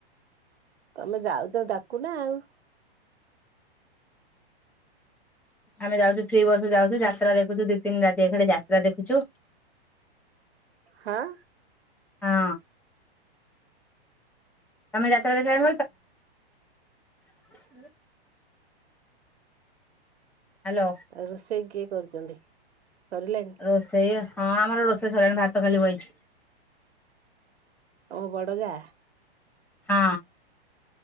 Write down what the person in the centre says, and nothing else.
ଆମେ ଯାଉଛୁ, ଫ୍ରି ବସ୍‌ ଯାଉଛୁ, ଯାତ୍ରା ଦେଖୁଛୁ। ଦି ତିନି ରାତି ଏଖାଠେ ଯାତ୍ରା ଦେଖୁଛୁ।
ହଁ। ତମେ ଯାତ୍ରା ଦେଖାଇ <unintelligible> ନା? ହ୍ୟାଲୋ
ରୋଷେଇ ହଁ ଆମର ରୋଷ୍ ସରିଲାଣି। ଭାତ ଖାଲି ବଇଛି।
ହଁ।